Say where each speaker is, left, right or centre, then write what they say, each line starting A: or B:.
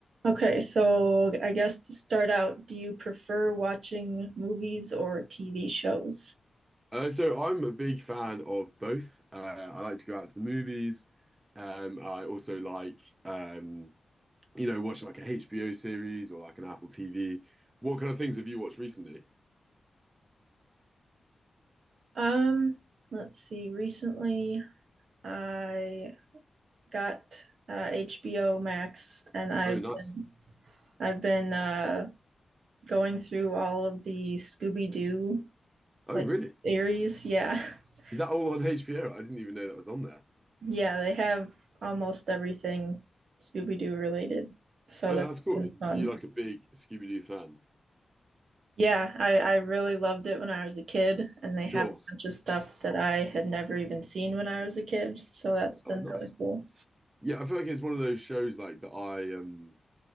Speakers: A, on the right (about 65°); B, on the right (about 20°).
A: Okay, so I guess to start out, do you prefer watching movies or TV shows?
B: Uh, so I'm a big fan of both. Uh, I like to go out to the movies. Um, I also like, um, you know, watch like a HBO series or like an Apple TV. What kind of things have you watched recently?
A: Um, let's see. Recently, I got uh, HBO Max, and I've
B: Oh, nice.
A: been I've been uh, going through all of the Scooby-Doo
B: Oh,
A: like
B: really?
A: series. Yeah, <laughs>
B: Is that all on HBO? I didn't even know that was on there.
A: yeah, they have almost everything Scooby-Doo related, so
B: Oh,
A: that's
B: that's cool.
A: been
B: Are
A: fun.
B: you like a big Scooby-Doo fan?
A: Yeah, I, I really loved it when I was a kid, and they have
B: Sure.
A: a bunch of stuff that I had never even seen when I was a kid, so that's been
B: Oh, nice.
A: really cool.
B: Yeah, I feel like it's one of those shows like that I um